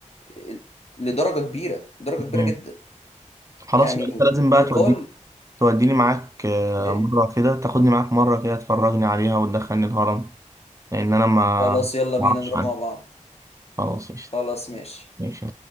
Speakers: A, on the left (about 55°); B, on the right (about 25°).
A: آه، لدرجه كبيره درجه
B: امم
A: كبيره جدا
B: خلاص
A: يعني
B: يبقى انت لازم بقى
A: يقال
B: توديني توديني معاك آه،
A: ايه
B: مره كده تاخدني معاك مره كده تفرجني عليها وتدخلني الهرم لان انا ما
A: خلاص يلا بينا
B: ما اعرفش
A: نروح
B: عنها
A: مع بعض
B: خلاص قشطة
A: خلاص ماشي
B: ماشي